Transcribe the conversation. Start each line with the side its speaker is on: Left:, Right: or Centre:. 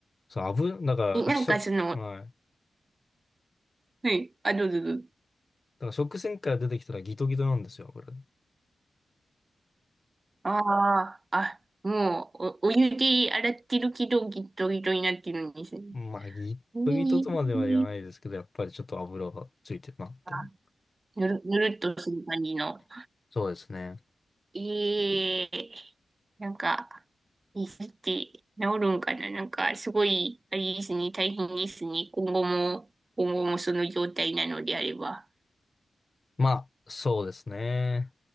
Left: そう、油、だから、
Right: え、なんかその、
Left: しょ、はい。だ
Right: はい、あ、どうぞどうぞ。
Left: から食洗機から出てきたらギトギトなんですよ、油。
Right: ああ、あ、もう、お、お湯で洗ってるけど、ギットギトになってるんですね。
Left: まあ、ギットギトとまでは言わないですけど、
Right: えー、
Left: やっぱりちょっと油がついてるな、みたいな。
Right: あ、ぬる、ぬるっとする感じの。
Left: そうですね。
Right: ええなんか、いいって治るんかななんか、すごい、あれですね、大変ですね。今後も、今後もその状態なのであれば。
Left: まあ、そうですね。